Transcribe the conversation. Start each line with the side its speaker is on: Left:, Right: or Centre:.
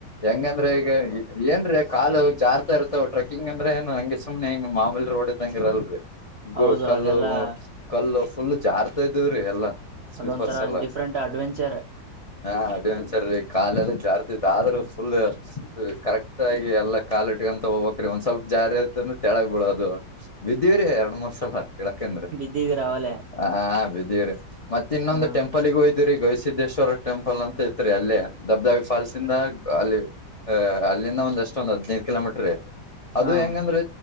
Left: ಹೆಂಗಂದ್ರೆ ಈಗ ಏನ್ರೀ ಕಾ ಹ ಜಾರ್ತಾ ಇರ್ತವ ಟ್ರಕಿಂಗ ಅಂದ್ರೆ ಹಂಂಗ ಸುಮನೆ ಹಂಗ ಮಾಮೂಲಿ ರೋಡ್ ಇದಂಗಿರಲ್ರರಿ ಗ
Right: ಹೌದು
Left: ಕಲ್ಲು
Right: ಅದೆಲ್ಲಾ
Left: ಕಲ್ಲು ಫುಲ್ಲು ಜಾರ್ತಾ ಇದವ್ರೀ ಎಲ್ಲಾ ಸ್ವೀಪರ್ಸ್
Right: ಅದೊಂಂತರ
Left: ಅಲ್ಲ
Right: ಡಿಫ್ರೆಂಟ್ ಅಡ್ವೆಂಚರ್
Left: ಹಾ ಅಡ್ವೆಂಚರ್ ರೀ ಕಾಲೆಲ್ಲ ಜಾಸ್ತಿ ಆದ್ರೂ ಫುಲ್ ಕರೆಕ್ಟ್ ಆಗಿ ಎಲ್ಲ ಕಾಲ ಇಟ್ಕಂತ ಹೋಗ್ಕ್ ಒಂದ್ ಸ್ವಲ್ಪ ಜಾರಿ ಆಐತ ಅಂದ್ರೆಳ ಬಿಡೋದು ಬಿದ್ದಿವವ್ರರಿ ಎರಡ್ ಮೂರ್ ಸಲ ಕೆಳಕಂದ್ರೀ
Right: ಬಿದ್ದಿದೀರ ಅವಲೆೇ
Left: ಹ ಬಿದಿರರಿ ಮತ್ತ ಇನ್ನೊಂದು
Right: ಹ
Left: ಟೆಂಪಲ್ಗ ಹೋಯ್ತ ಇದರಿ ಗೋಯಿಸಿದ್ದೇಶ್ವರ ಟೆಂಪಲ್ ಅಂತ ಇತ್ರಿ ಅಲ್ಲಿ ದಬ್ದಾ ಫಾಲ್ಸ್ ಇಂದ ಅಲ್ಲಿ ಅಲ್ಲಿಂದ ಒಂದಷ್ಟೊ ಒ ಹದ್ದು ಕಿಲೋಮೀಟರ್ ಇ ಅದು
Right: ಹಾ
Left: ಹೆಂಗಂದ್ರೆ